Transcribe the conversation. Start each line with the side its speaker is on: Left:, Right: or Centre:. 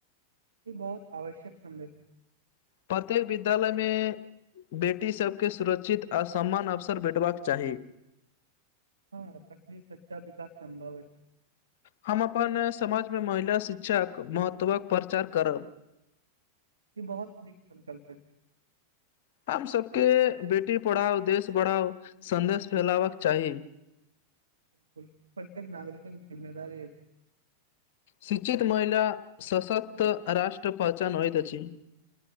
Right: ई बहुत आवश्यक सन्देश।
Left: प्रत्येक विद्यालय मे बेटी सबके सुरक्षित आ समान अवसर भेटबाक चाही।
Right: हँ तखने सच्चा विकास संभव अछि।
Left: हम अपन समाजमे महिला शिक्षाक महत्वक प्रचार करब
Right: ई बहुत नीक संकल्प अछि।
Left: आब सबके बेटी पढ़ाओ देश बढ़ाओ सन्देश फैलावक चाही
Right: बिलकुल प्रत्येक नागरिकक जिम्मेदारी अछि
Left: शिक्षित महिला सशक्त आ राष्ट्र पहचान होइत अछि